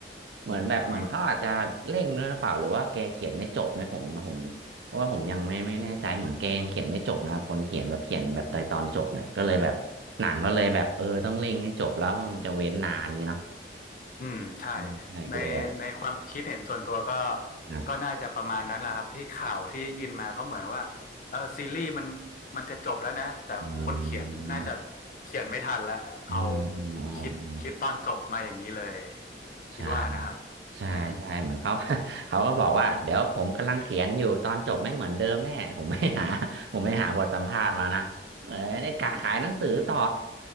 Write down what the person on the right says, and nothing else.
เหมือนแบบเหมือนเขาอาจจะเร่งด้วยหรือเปล่าหรือว่าแกเขียนไม่จบนะผมผมเพราะว่าผมยังไม่ไม่แน่ใจเหมือนแกยังเขียนไม่จบนะคนเขียนแบบเขียนแบบตอนตอนจบเนี่ยก็เลยแบบหนังก็เลยแบบเออต้องเร่งให้จบแล้วว่ามันจะเว้นนานนี้เนาะ
อืมใช่ก็เลยแบบ
ครับ
อืม
อืมอืมอืมอืมอ
ใช่
ใช่ใช่เหมือนเขา
<laughs> เขาก็บอกว่าเดี๋ยวผมกำลังเขียนอยู่ตอนจบไม่เหมือนเดิมแน่ผมไม่หา <laughs> ผมไม่หาบทสัมภาษณ์มานะเออได้กะขายหนังสือต่อ